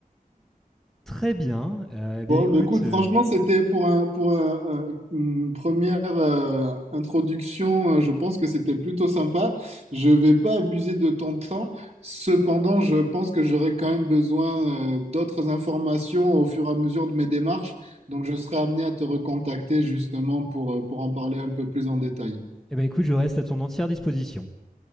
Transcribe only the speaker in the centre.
Très bien. Euh, eh bien
écoute,
euh,
eh bien écoute, je reste à ton entière disposition.